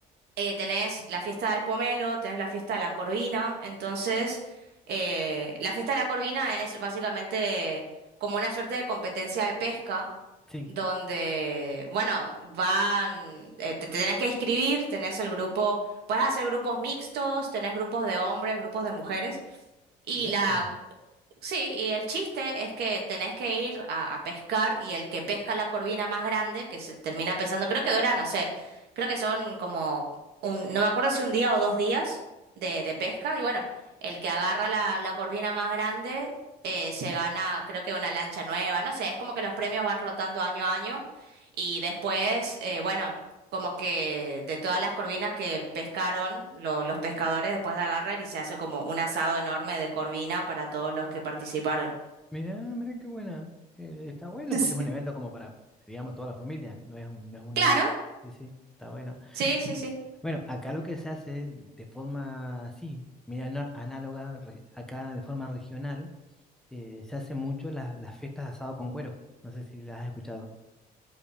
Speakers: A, on the right (about 70°); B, in the centre.
A: eh, tenés la fiesta del pomelo, tenés la fiesta de la corvina. Entonces, eh, la fiesta de la corvina es básicamente como una suerte de competencia de pesca,
B: sí.
A: donde, bueno, van, eh, te, te tenés que inscribir, tenés el grupo, puedes hacer grupos mixtos, tenés grupos de hombres, grupos de mujeres. Y
B: Mira
A: la
B: qué bueno.
A: Sí, y el chiste es que tenés que ir a, a pescar y el que pesca la corvina más grande, que se termina pesando, creo que dura, no sé, creo que son como un, no me acuerdo si un día o dos días de, de pesca, y bueno, el que agarra la, la corvina más grande eh, se gana, creo que una lancha nueva, no sé, es como que los premios van rotando año a año y después, eh, bueno como que de todas las corvinas que pescaron lo- los pescadores después de agarrar y se hace como un asado enorme de corvina para todos los que participaron.
B: Mira, mira qué buena. Eh, está bueno
A: <laughs>
B: porque
A: Sí.
B: es un evento como para, digamos, toda la familia. No es un, no es un
A: Claro,
B: evento. Sí, sí, está bueno.
A: sí, sí, sí.
B: Bueno, acá lo que se hace de forma así, mira, no- análoga, re- acá de forma regional, eh, se hace mucho las, las fiestas de asado con cuero. No sé si las has escuchado.